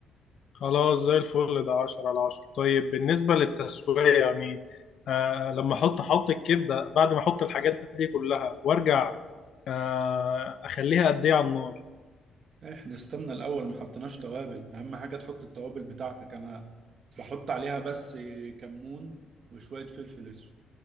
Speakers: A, on the left (about 65°); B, on the right (about 55°).
A: خلاص زي الفل ده 10 على 10 طيب بالنسبه للتسويه يعني آه لما احط احط الكبده بعد ما احط الحاجات دي كلها وارجع آه اخليها قد ايه على النار
B: احنا استنى الاول ما حطيناش توابل اهم حاجة تحط التوابل بتاعتك انا بحط عليها بس كمون وشوية فلفل اسود